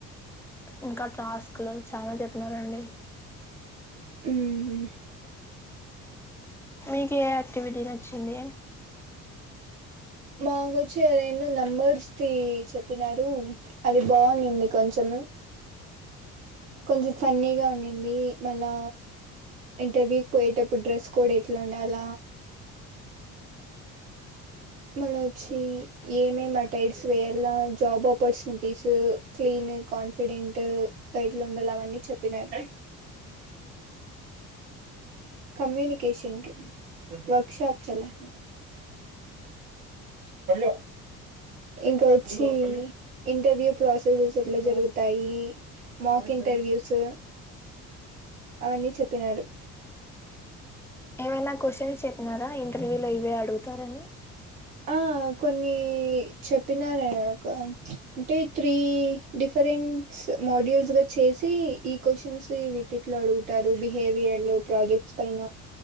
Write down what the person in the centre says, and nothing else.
ఇంకా టాస్క్లో చాలా చెప్పినారండి.
మీకె యాక్టివిటీ నచ్చింది?
ఏమైనా క్వశ్చన్స్ చెప్పినారా ఇంటర్వ్యూలో ఇవే అడుగుతారని.?